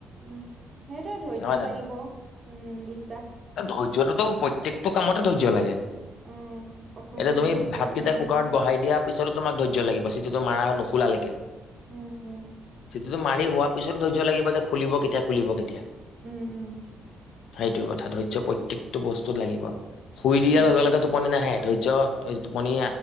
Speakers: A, on the right; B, on the left.
A: উম! সেইটোৱেই ধৈৰ্য্য
B: নহয় জানো?
A: লাগিব। উম! বেছি <unintelligible>
B: ধৈৰ্য্যটোতো প্ৰত্যেকটো কামতে ধৈৰ্য্য লাগে।
A: উম
B: <inaudible>
A: কঠোৰ
B: এতিয়া
A: পৰিশ্ৰম
B: তুমি
A: কৰিব
B: ভাতকেইটা
A: পাৰিব
B: কুকাৰত
A: লাগিব
B: বহাই দিয়া <inaudible> তাৰ পিছতো তোমাৰ ধৈৰ্য্য লাগিব। চিটিটো মাৰা নোখলালৈকে। <inaudible>
A: উম-উম। <inaudible>
B: চিটিটো মাৰি হোৱাৰ পিছতো ধৈৰ্য্য লাগিব যে খুলিব কেতিয়া, খুলিব কেতিয়া। <unintelligible>
A: উম-উম! <inaudible>
B: সেইটোৱেই কথা। ধৈৰ্য প্ৰত্যেকটো বস্তুত লাগিব। শুই দিয়াৰ
A: উম
B: লগে-লগে টোপনি নাহে ধৈৰ্য <inaudible> <inaudible> টোপনি